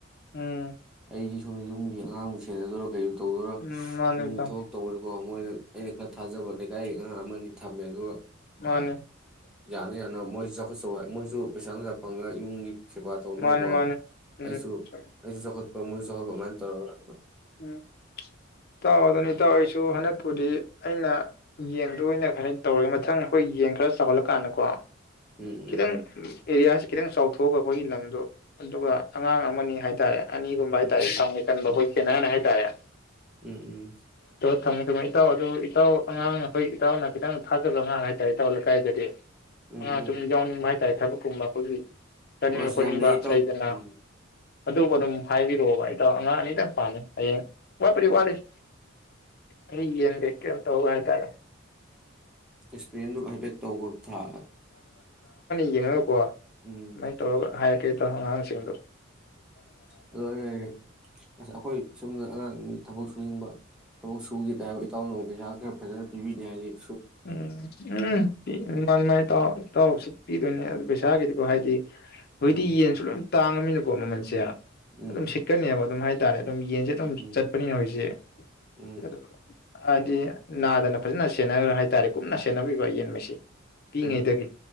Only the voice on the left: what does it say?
ꯎꯝ
ꯎꯝ ꯃꯥꯅꯤ
ꯏꯇꯥꯎ
ꯃꯥꯅꯤ
ꯃꯥꯅꯤ
ꯃꯥꯅꯤ ꯎꯝ
ꯆꯨꯝꯃꯤ
ꯎꯝ ꯇ ꯑꯗꯨꯅꯤ ꯇ ꯑꯣꯏꯁꯨ ꯍꯅ ꯄꯨꯗꯤ ꯑꯩꯅ ꯌꯦꯟꯗ ꯑꯣꯏꯅ ꯈꯔ ꯇꯧꯔꯒꯦ ꯃꯊꯪ ꯑꯩꯈꯣꯏ ꯌꯦꯟ ꯈꯔ ꯆꯥꯎꯈꯠꯂꯛꯀꯥꯟꯗꯀꯣ
ꯈꯤꯇꯪ
ꯑꯦꯔꯤꯌꯥꯁꯤ ꯈꯤꯇꯪ ꯆꯥꯎꯊꯣꯛꯑꯒ ꯑꯩꯈꯣꯏꯒꯤ ꯂꯝꯗꯣ ꯑꯗꯨꯒ ꯑꯉꯥꯡ ꯑꯃꯅꯤ ꯍꯥꯏꯇꯥꯔꯦ ꯑꯅꯤꯒꯨꯝꯕ ꯍꯥꯏꯇꯥꯔꯦꯩ
ꯀꯟꯕꯣꯏ ꯅꯍꯥꯟꯅ ꯍꯥꯏꯇꯥꯔꯦ
ꯊ ꯁ ꯏꯇꯥꯎ ꯑꯗꯨ ꯏꯇꯥꯎ ꯑꯉꯥꯡ ꯑꯩꯈꯣꯏ ꯏꯇꯥꯎꯅ ꯈꯤꯇꯪ ꯊꯥꯖꯕ ꯑꯉꯥꯡ ꯍꯥꯏꯇꯥꯔꯦꯇꯥꯎ ꯂꯩꯀꯥꯏꯗꯗꯤ
ꯑ
ꯌꯥꯡꯎ ꯃꯥꯥꯏ ꯇ ꯁꯥ ꯄꯨꯝꯃꯅꯥꯈꯁ ꯆꯥꯅꯤꯡꯕ
ꯈꯣꯠꯅꯤꯡꯕ
ꯂꯩꯗꯅ
ꯑꯗꯨꯕꯨ ꯑꯗꯨꯝ ꯍꯥꯏꯕꯤꯔꯛꯑꯣꯕ ꯑꯩꯗꯥꯎ ꯑꯉꯥꯡ ꯑꯅꯤꯗꯪ ꯄꯥꯅꯦ ꯑ ꯋꯥꯄꯔꯤ ꯋꯥꯂꯤꯁ ꯍ ꯌꯦꯟꯕꯦ ꯇ ꯍꯒ ꯍꯥꯏꯇꯥꯔꯦ
ꯌꯦꯡꯅꯔꯀꯣ
ꯁꯨꯃꯥꯏꯅ ꯇꯧꯔꯒ ꯍꯥꯏꯔꯛꯀꯦꯗ ꯍꯪ ꯆꯁꯤꯡ
ꯎꯝ ꯎꯝ ꯃꯅꯤ ꯃꯅꯤ ꯏꯇꯥꯎ ꯏꯇꯥꯎꯁꯤ ꯄꯤꯗꯣꯏꯅꯦ ꯑꯗꯨ ꯄꯩꯁꯥꯒꯤꯗꯤꯀꯣ ꯍꯥꯏꯗꯤ ꯍꯣꯏꯗꯤ
ꯌꯦꯟꯁꯨ ꯇꯥꯡꯉ ꯃꯤꯅꯀꯣ ꯃꯃꯜꯁꯦ
ꯑꯗꯨꯝ ꯁꯤꯀꯅꯤꯕ ꯑꯗꯨꯝ ꯍꯥꯏ ꯇꯔꯦꯠ <inaudible> ꯑꯗꯨꯝ ꯌꯦꯟꯁꯦ ꯑꯗꯨꯝ
ꯆꯠꯄꯅꯤꯅ ꯍꯧꯖꯤꯣꯏꯁꯦ
ꯑꯗꯨ ꯍꯥꯏꯗꯤ ꯅꯥꯗꯅ ꯐꯖꯅ ꯁꯦꯟꯅ ꯏꯔꯦ ꯀꯨꯞꯅ ꯁꯦꯟꯅꯕꯤꯕ ꯌꯦꯟ
ꯃꯁꯦ ꯄꯤꯏꯉꯩꯗꯒꯤ